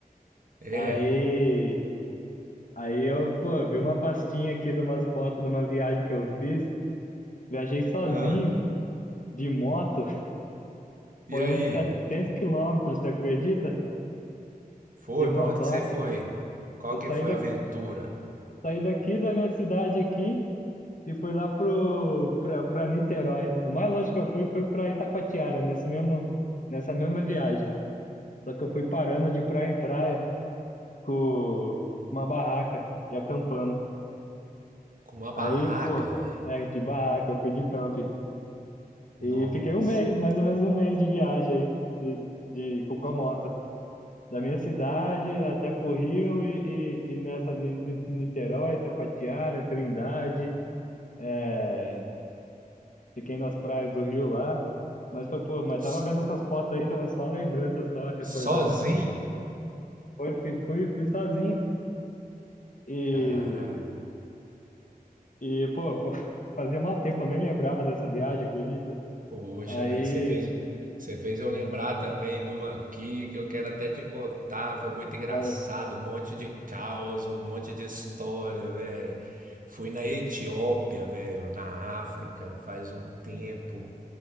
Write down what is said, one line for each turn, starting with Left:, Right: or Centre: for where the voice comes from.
Right: É?
Left: Aí, aí eu, pô, vi uma pastinha aqui de umas fotos de uma viagem que eu fiz. Viajei sozinho
Right: ah
Left: de moto. Foi
Right: E aí?
Left: uns 700 quilômetros, você acredita?
Right: Foi?
Left: De motoca.
Right: Pra onde que você foi? Qual
Left: Eu
Right: que
Left: saí
Right: foi
Left: daqui,
Right: a aventura?
Left: saí daqui da minha cidade aqui e fui lá pro para Niterói. O mais longe que eu fui foi pra Itacoatiara, nesse mesmo nessa mesma viagem. Só que eu fui parando de praia em praia com uma barraca e acampando.
Right: Com uma barraca,
Left: Aí, pô,
Right: velho.
Left: é, de barraca, eu fui de camping. E
Right: Nossa.
Left: fiquei um mês, mais ou menos um mês de viagem aí, de, de, com com a moto. Da minha cidade até pro Rio e, e, e nessa Ni- Ni- Niterói, Taquatiara, Trindade. é, fiquei nas praias do Rio lá. Mas foi, pô, mas
Right: S-
Left: tava vendo essas fotos aí, tava só lembrança, só recordando.
Right: sozinho?
Left: Foi, fui, fui, fui sozinho. E
Right: Caralho.
Left: E, pô, pô, fazia mó tempo, eu nem lembrava dessa viagem, acredita?
Right: Poxa,
Left: Aí,
Right: velho, você fez, você fez eu lembrar também de uma aqui que eu quero até te contar. Foi muito engraçado,
Left: fala,
Right: um monte de caos, um monte de história, velho. Fui na Etiópia, velho, na África, faz um tempo.